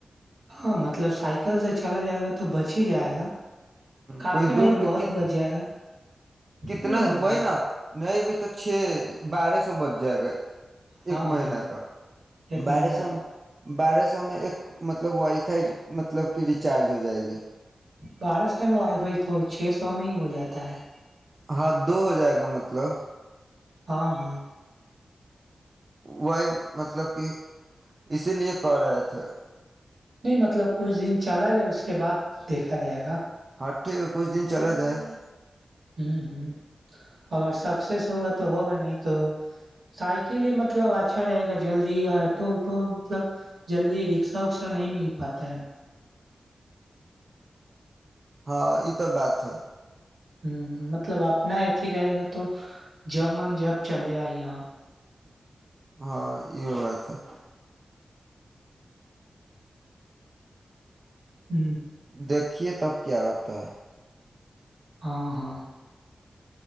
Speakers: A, on the right; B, on the right.
A: ہاں مطلب سائیکل سے چلا جائے گا تو بچ ہی جائے گا کافی
B: کوئی دور
A: نہیں
B: بھی
A: بہت بجیا گا
B: کتنا
A: نہیں
B: وہی نا نہیں بھائی تو چھ بارہ سو بچ جائے گا ایک
A: ہاں
B: مہینہ
A: ہاں
B: کا
A: ایک
B: بارہ
A: مہینہ
B: سو میں بارہ سو اس میں ایک مطلب وائی فائیب مطلب کہ ریچارج ہو جائے گی
A: بارہ سو میں وائی فائی تو چھ سو میں ہی ہو جاتا ہے
B: ہاں دو ہو جائے گا مطلب
A: ہاں ہاں
B: وہی مطلب کہ اسی لیے کر رہے تھے
A: نہیں مطلب کچھ دن چلا جائے اس کے بعد دیکھا جائے گا
B: ہاں ٹھیک ہے کچھ دن چلا جائے
A: ہ ہ اگر سکسیس ہوگا تو ہوگا نہیں تو سائیکل ہی مطلب اچھا رہے گا جلدی آٹو اٹو مطلب جلدی رکشا وکسا نہیں مل پاتا ہے
B: ہاں یہ تو بات ہے
A: ہوں مطلب آپ نہ ات ہی رہے گا تو جب من جب چلے آ یہاں
B: ہاں یہ بات ہے
A: ہ
B: دیکھیے تب کیا ہوتا کتا
A: ہاں ہاں